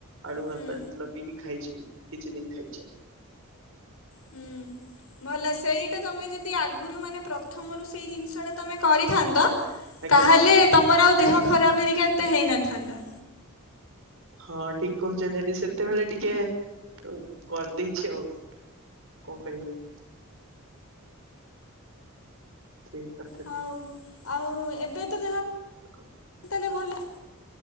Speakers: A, on the right (about 60°); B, on the left (about 70°).
A: ଆଳୁ
B: ହୁଁ
A: ଭର୍ତ୍ତା ଏମିତି ଲଗେଇକି ଖାଇଛି କିଛି ଦିନ ଖାଇଛି।
B: ହୁଁ। ଭଲ ସେଇଟା ତମେ ଯଦି ଆଗରୁ ମାନେ ପ୍ରଥମରୁ ସେଇ ଜିନିଷଟା ତମେ କରିଥାନ୍ତ
A: ଆଜ୍ଞା
B: ତାହେଲେ ତମର ଆଉ ଦେହ ଖରାପ ହେରିକି ଏତେ ହେଇନଥାନ୍ତା।
A: ହଁ ଠିକ୍ କହୁଛନ୍ତି ଆଣ୍ଟି ସେତେବେଳେ ଟିକେ ଉଁ କରିଦେଇଛି ଆଉ କଣ କହିବି ଆଉ? ସେଇ କ
B: ହଉ ଆଉ ଏବେ ତ ଦେହ
A: ଦେଖ
B: ତା ହେଲେ ଭଲ କି